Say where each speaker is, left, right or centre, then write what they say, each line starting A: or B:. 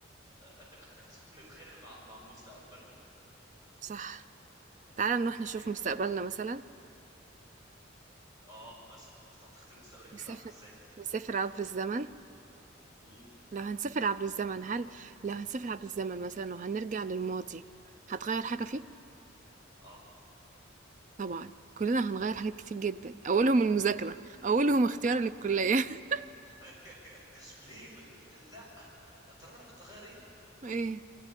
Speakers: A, on the right; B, on the right.
A: <laughs> نتخانق مع مع مستقبلنا
B: صح. تعالَ نروح نشوف
A: يمكن
B: مستقبلنا مثلًا،
A: اه مثلا انت تعتقد مستقبلك
B: نسافر
A: هيبقى عامل ازاي
B: نسافر عبر الزمن،
A: امم
B: لو هنسافر عبر الزمن هل لو هنسافر عبر الزمن مثلًا وهنرجع للماضي، هتغيّر حاجة فيه؟
A: اه
B: طبعًا، كلنا هنغيّر حاجات كتير جدًا، أولهم المذاكرة، أولهم اختياري للكلية <laughs>
A: <laughs> ليه م... لا ترى انا كنت هغير ايه
B: إيه،